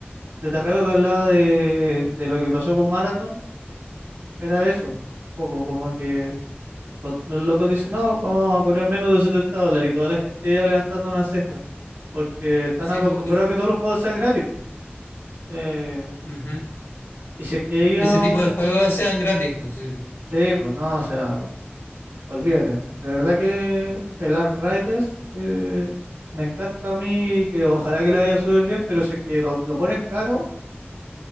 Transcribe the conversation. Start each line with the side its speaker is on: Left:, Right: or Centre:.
Right: de Tarrego que hablaba de, de lo que pasó con Marathon. Era eso, un poco como que lo- los, locos dicen, no, vamos a cobrar menos de 70 dólares y toda la gente ya levantando una ceja, porque están
Left: Sí,
Right: acostumbrados
Left: pues,
Right: a que todos los juegos sean gratis. Eh,
Left: ujú.
Right: y si es que ellos,
Left: Que ese tipo de juegos sean gratis, pues sí,
Right: sí, pues no, o sea, olvídate. De verdad que el Ark Riders eh, me encanta a mí, y que ojalá que le vaya súper bien, pero si es que lo, lo ponen caro,